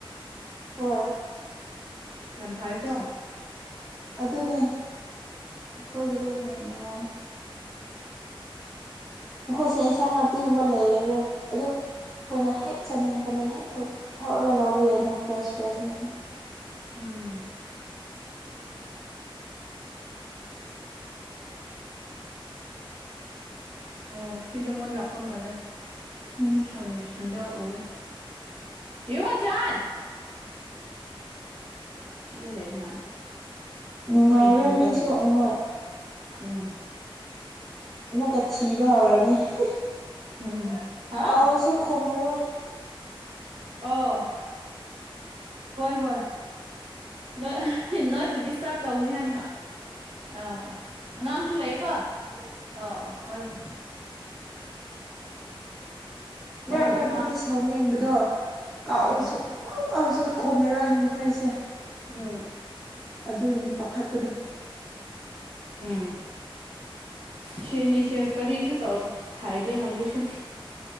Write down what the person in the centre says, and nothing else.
ꯍꯣꯏ
ꯑꯗꯨꯅꯦ ꯑꯈꯣꯏꯒꯤꯗꯣ ꯌꯥꯝ ꯅꯨꯡꯉꯥꯏꯌꯦ ꯃꯈꯣꯏꯁꯦ ꯏꯟꯁꯥꯡ ꯅꯥꯄꯤꯒꯨꯝꯕ ꯂꯩꯔꯔꯣꯏ ꯑꯗꯨ ꯈꯣꯏꯅ ꯍꯦꯛ ꯆꯥꯅꯤꯡꯉꯀꯥꯟꯗ ꯍꯦꯛ ꯊꯣꯛ ꯊꯧꯔꯒ ꯂꯧꯕ ꯌꯥꯏꯅ ꯐ꯭ꯔꯦꯁ ꯐ꯭ꯔꯦꯁꯅꯤ ꯍꯣꯏ
<inaudible>
ꯎꯝ
ꯅꯨꯡꯉꯥꯏꯔꯣꯏ
ꯃꯤꯁꯨ
ꯎꯡꯉꯣꯏ
ꯑꯃꯨꯛꯀ ꯊꯤꯕ ꯍꯧꯔꯅꯤ ꯍꯤꯍꯤ
ꯀꯧꯔꯁꯨ ꯈꯨꯝꯃꯔꯣꯏ
ꯃꯔꯛ
ꯃꯔꯛꯇꯗꯤ
ꯁꯥꯎꯅꯤꯡꯕꯗꯣ ꯀꯥꯎ
ꯎ ꯁꯨꯛ ꯀꯥꯎ ꯀꯥꯎꯔꯁꯨ ꯈꯨꯝꯔꯔꯣꯏ ꯑꯈꯣꯏꯁꯦ
ꯑꯗꯨꯒꯤꯅꯦ ꯄꯥꯈꯠꯄꯗꯨ